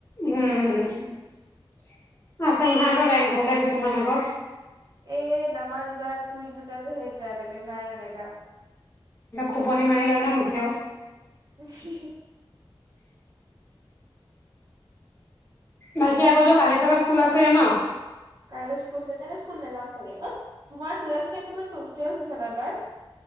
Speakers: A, on the left (about 25°); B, on the right (about 50°).
A: উম আছে নহয় আকৌ ৰেংক হলডা কিছুমান আকৌ।
B: এই নামাৰ দুটা টুইন দুটা যে সেই দুটাই বেলেগ নাই এনেকা ।
A: খোপনি মাৰি লয় নহয় নুঠেও ।
B: হাঃহাঃহা।
A: বাকী আকৌ তোৰ কালি চাগে স্কুল আছে ন?
B: কাইলৈ স্কুল আছে, কাইলৈ স্কুল নাযাম চাগে অ তোমাৰ টুৱেলভ দিছা ন এইবাৰ